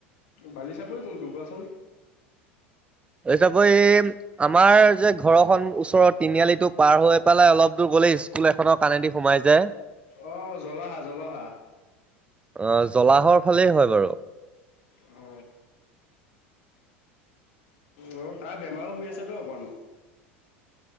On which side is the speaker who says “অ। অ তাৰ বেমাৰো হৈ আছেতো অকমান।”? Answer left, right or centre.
Left